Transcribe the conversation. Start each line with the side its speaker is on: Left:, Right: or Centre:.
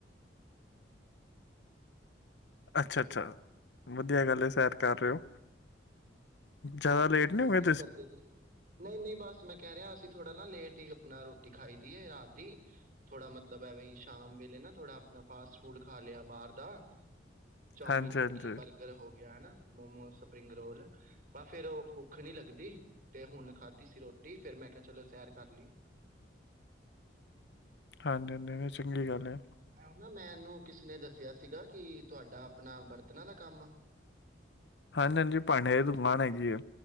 Left: ਅੱਛਾ ਅੱਛਾ ਵਧੀਆ
Right: ਹਜੀ
Left: ਗੱਲ ਹੈ
Right: ਹ
Left: ਸੈਰ ਕਰ ਰਹੇ ਹੋ
Right: ਹਜੀ ਹਜੀ
Left: ਜ਼ਿਆਦਾ
Right: ਹੋਰ
Left: ਲੇਟ
Right: ਤਾਂ
Left: ਨਹੀਂ
Right: ਕੀ
Left: ਹੋ ਗਏ
Right: ਕਰਦੇ ਤੁਸੀਂ ਨਹੀਂ ਨਹੀਂ ਬਸ ਮੈਂ ਕਹਿ ਰਿਹਾ ਅਸੀਂ ਥੋੜਾ ਨਾ ਲੇਟ ਹੀ ਆਪਣਾ ਰੋਟੀ ਖਾਈ ਦੀ ਹੈ ਰਾਤ ਦੀ ਥੋੜਾ ਮਤਲਬ ਐਵੇਂ ਸ਼ਾਮ ਵੇਲੇ ਨਾ ਥੋੜਾ ਆਪਣਾ ਫਾਸਟ ਫੂਡ ਖਾ ਲਿਆ ਬਾਹਰ ਦਾ ਚੌਮਨ
Left: ਹਾਂਜੀ
Right: ਹੋ
Left: ਹਾਂਜੀ
Right: ਗਈ ਬਰਗਰ ਹੋ ਗਿਆ ਹਨਾ ਮੋਮੋ ਸਭ ਸਪਰਿੰਗ ਰੋਲ ਵ ਫੇਿਰ ਉਹ ਭੁੱਖ ਨੀ ਲੱਗਦੀ ਤੇ ਹੁਣ ਖਾਧੀ ਸੀ ਰੋਟੀ ਫੇਿਰ ਮੈਂ ਕਿਹਾ ਚਲੋ ਸੈਰ ਕਰ ਲਈ
Left: ਹਾਂਜੀ ਹਾਂਜੀ ਚੰਗੀ ਗੱਲ ਹੈ
Right: ਆ ਨਾ ਮੈਂਨੂੰ ਕਿਸੇ ਨੇ ਦੱਸਿਆ ਸੀਗਾ ਕਿ ਤੁਹਾਡਾ ਆਪਣਾ ਬਰਤਣ ਦਾ ਕੰਮ ਆ
Left: ਹਾਂਜੀ ਹਾਂਜੀ ਭਾਂਡੇ ਦੀ ਦੁਕਾਨ ਹੈ ਜੀ ਆ